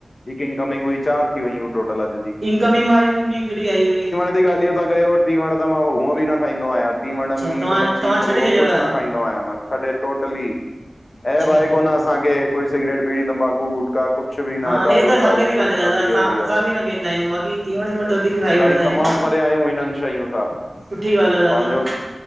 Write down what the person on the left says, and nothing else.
हिक इंनकमिंग हुई, चार थी वयूं टोटल अॼ जी।
सुठी ॻाल्हि हीअ ता कयो, टीवण त मां हूअं ॿि न खाईंदो आयां, टीवण,
मीट,
मच्छी,
मुर्गो
कुछ
कुछ न खाईंदो आयां, छॾे टोटली,
ऐब आए कोन असां असांखे कोई सिगरेट, बीड़ी, तंबाकू गुटका कुु कुछ बि न,
दारू
शारू
कुछ
न, बियर
वियर
हा,
इलही
तमाम परे आहयूं, इनन शयुंन सां,
पांजो